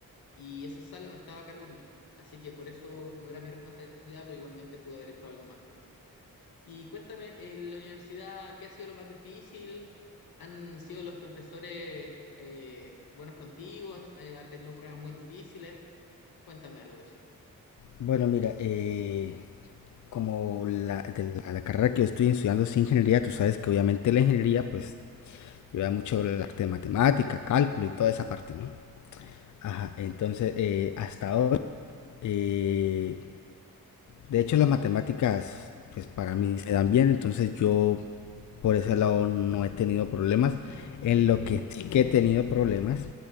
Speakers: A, on the left (about 85°); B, on the left (about 55°).
A: y esa sala no estaba a cargo mío. Así que por eso no era mi responsabilidad, pero igualmente pude haber hecho algo más. Y cuéntame, en la universidad, ¿qué ha sido lo más difícil? ¿Han sido los profesores eh, buenos contigo? Eh, ¿Has tenido pruebas muy difíciles? Cuéntame algo de eso.
B: Bueno, mira, eh, como la, de la, la carrera que yo estoy estudiando es ingeniería, tú sabes que obviamente la ingeniería pues lleva mucho el arte de matemática, cálculo y toda esa parte, ¿no? Ajá, entonces eh, hasta hoy, eh, de hecho, las matemáticas, pues para mí se dan bien, entonces yo por ese lado no he tenido problemas. En lo que sí que he tenido problemas